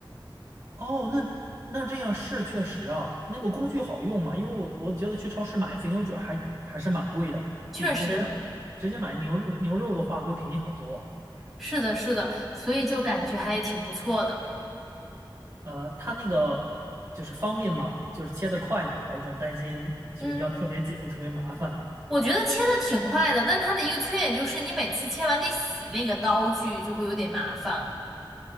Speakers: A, on the right; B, in the centre.
A: 哦，那那这样是确实啊，那个工具好用嘛？因为我我觉得去超市买肥牛卷儿还还是蛮贵的，
B: 确实，
A: 比直接买直接买牛肉牛肉的话会便宜好多啊。
B: 是的，是的，所以就感觉还挺不错的。
A: 呃，它那个就是方便嘛，就是切得快嘛，我总担心就要特别久，
B: 嗯。
A: 特别麻烦。
B: 我觉得切的挺快的，但它的一个缺点就是你每次切完得洗那个刀具，就会有点麻烦。